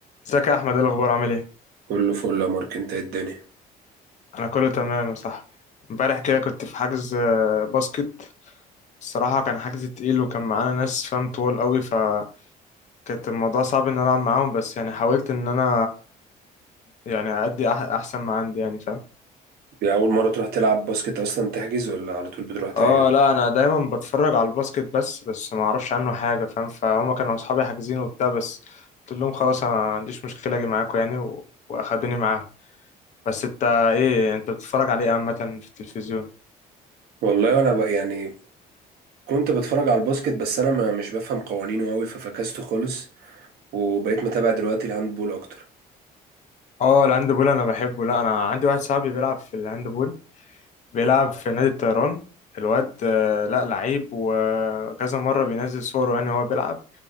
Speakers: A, on the left; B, on the right.
A: ازيك يا احمد ايه الاخبار عامل ايه
B: كله فل يا مارك انت ايه الدنيا
A: انا كله تمام يا صاحبي امبارح كده كنت في حجز آه، باسكت الصراحه كان حجز تقيل وكان معانا ناس فاهم طوال قوي فكانت الموضوع صعب ان انا العب معاهم بس يعني حاولت ان انا يعني ادي أح احسن ما عندي يعني فاهم
B: دي اول مره تروح تلعب باسكت اصلا تحجز ولا على طول بتروح تحجز
A: اه لا انا دايما بتفرج على الباسكت بس بس ما اعرفش عنه حاجه فاهم فهم كانوا اصحابي حاجزين وبتاع بس قلت لهم خلاص انا ما عنديش مشكله اجي معاكم يعني و... واخدوني معاهم بس انت ايه انت بتتفرج عليه عامه في التلفزيون
B: والله انا بقى يعني كنت بتفرج على الباسكت بس انا ما مش بفهم قوانينه قوي ففكسته خالص وبقيت متابع دلوقتي الهاندبول اكتر
A: اه الهاندبول انا بحبه لا انا عندي واحد صاحبي بيلعب في الهاندبول بيلعب في نادي الطيران الواد آه، لا لعيب وكذا مرة بينزل صوره يعني وهو بيلعب